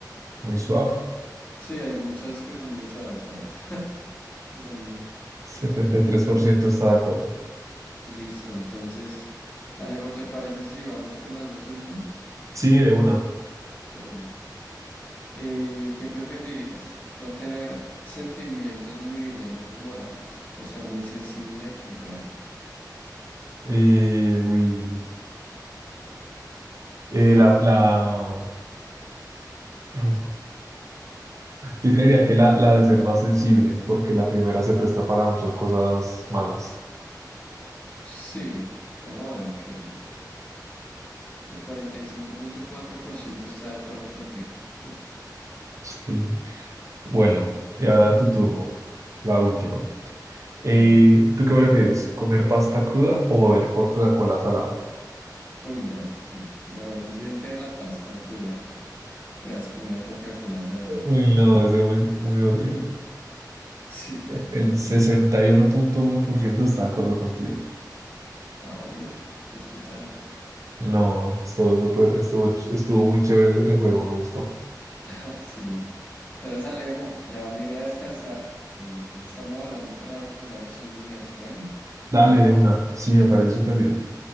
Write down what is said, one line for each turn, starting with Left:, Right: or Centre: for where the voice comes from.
Right: muy suave.
Left: Sí, hay muchas que son muy suaves, ¿sabes? <laughs> Son muy...
Right: 73% está de acuerdo.
Left: Listo, entonces, Alejo, ¿te parece si vamos con las dos últimas?
Right: Sí, de una.
Left: De una. Eh, ¿qué preferirías? ¿No tener sentimientos ni dilemas morales o ser muy sensible y frágil?
Right: Eh, uy. Eh, la, la... <laughs> Yo creería que la, la
Left: <laughs>
Right: de ser más sensible, porque la primera se presta para muchas cosas malas.
Left: Sí, vamos a ver que el 45.4% está de acuerdo contigo. <laughs>
Right: Sí. Bueno, y ahora tu turno, la última. Eh,
Left: Dale.
Right: ¿tú qué prefieres? ¿Comer pasta cruda o beber Coca-Cola salada?
Left: Uy, no. Probablemente de la pasta cruda. <laughs> Qué asco una Coca-Cola salada.
Right: Uy, no, eso es muy, muy horrible.
Left: Sí, la verdad,
Right: El sesenta
Left: sí.
Right: y uno uno punto uno por ciento está de acuerdo contigo.
Left: Ah, bueno, no estoy tan mal.
Right: No, estuvo súper, estuvo, ch- estuvo muy chévere el, el juego, me gustó.
Left: <laughs> Sí. Entonces, Alejo, ya me iré a descansar. Eh, ya estamos hablando para jugar estos días. Bueno,
Right: Dale
Left: ¿me parece?
Right: de una, sí, me parece súper bien.